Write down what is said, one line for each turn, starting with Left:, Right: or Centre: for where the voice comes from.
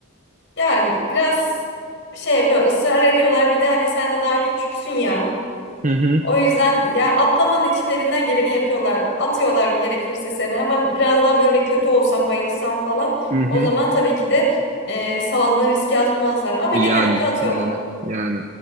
Left: Yani biraz şey yapıyor, ısrar ediyorlar. Bir de hani sen de daha küçüksün ya.
Right: Hı hı.
Left: O yüzden ya atlaman için elinden geleni yapıyorlar. Atıyorlar gerekirse seni ama biraz daha böyle kötü olsam, bayılsam falan.
Right: Hı hı.
Left: O zaman tabii ki de e, sağlığını riske atmazlar. Ama
Right: E
Left: genellikle
Right: Yani
Left: atıyorlar.
Right: yani yani.